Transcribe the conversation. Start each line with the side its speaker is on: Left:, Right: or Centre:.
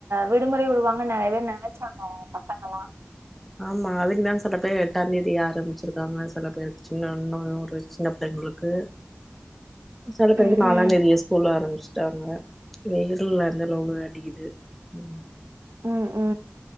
Right: விடுமுறை விடுவாங்கன்னு நறைய பேர் நனச்சாங்க பசங்கல்லா
Centre: ஆமா அதுக்குதா சில பேர் எட்டாந் தேதி ஆரம்பிச்சிருக்காங்க சில பேர் சின்ன இன்னு ஒரு சின்ன பிள்ளைங்களுக்கு சில பேருக்கு
Right: ம்
Centre: நாலாந்
Right: ம்
Centre: தேதியெ ஸ்கூல் ஆரம்பிச்சு டாங்க வே உ வர்ல்ல <unintelligible> அடிக்குது ம்
Right: உ உ